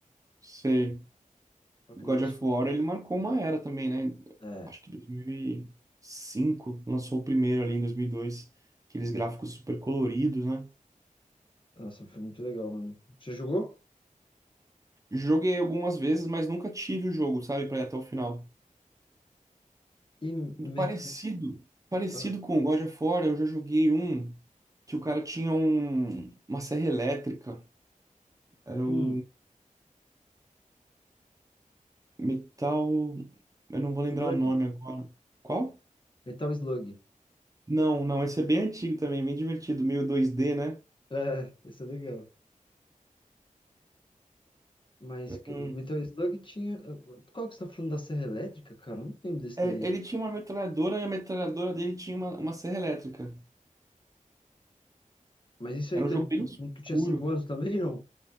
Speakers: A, on the right (about 25°); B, on the left (about 35°).
A: Sei.
B: Só que
A: God
B: o negócio
A: of
B: foi.
A: War, ele marcou uma era também, né?
B: É.
A: Acho que dois mil e cinco lançou o primeiro ali em 2002. Aqueles gráficos super coloridos, né?
B: Nossa, foi muito legal, mano. Você jogou?
A: Joguei algumas vezes, mas nunca tive o jogo, sabe, pra ir até o final.
B: E Matt
A: Parecido, parecido
B: ah,
A: com o God of War, eu já joguei um que o cara tinha um- uma serra elétrica. Era
B: hum,
A: o Metal. Eu não vou lembrar
B: Slug?
A: o nome agora. Qual?
B: Metal Slug.
A: Não, não, esse é bem antigo também, bem divertido, meio 2D, né?
B: É, isso é legal. Mas
A: Hum.
B: que- o Metal Slug tinha. Qual que você tá falando da Serra Elétrica, cara? Eu não lembro desse
A: É,
B: daí.
A: ele tinha uma metralhadora e a metralhadora dele tinha uma, uma serra elétrica.
B: Mas isso
A: Era
B: aí, tu,
A: um jogo
B: é
A: bem escuro.
B: tu tinha 5 anos também, não?